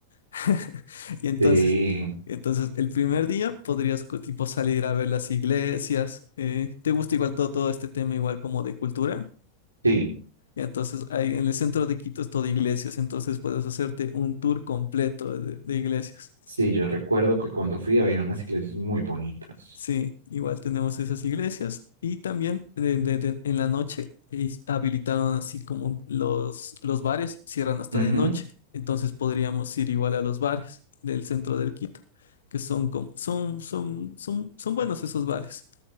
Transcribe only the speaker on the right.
Sí,
sí,
sí, yo recuerdo que cuando fui había unas iglesias muy bonitas.
Ujú,